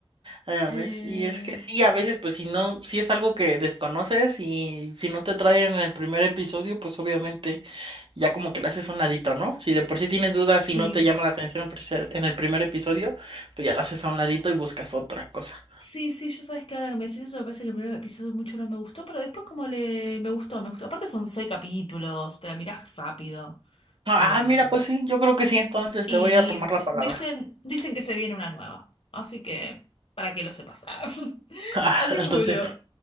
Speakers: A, on the right; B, on the left.
A: Ya
B: Eh,
A: ves, y es que sí, a veces, pues si no, si es algo que desconoces y si no te traen en el primer episodio, pues obviamente ya como que le haces a un ladito, ¿no? Si de por sí tienes dudas
B: sí.
A: y no te llama la atención en pres- en el primer episodio, pues ya lo haces a un ladito y buscas otra cosa.
B: Sí, sí, yo sabes que ahora que me decís eso, me parece que el primer episodio mucho no me gustó, pero después como le me gustó, me gustó. Aparte son seis capítulos, te la mirás rápido.
A: Ah,
B: Eh,
A: mira, pues sí, yo creo que sí, entonces
B: y
A: te voy a tomar la palabra.
B: dicen, dicen que se viene una nueva. Así que, para que lo sepas. <laughs>
A: <laughs>
B: Así
A: entonces,
B: que bueno,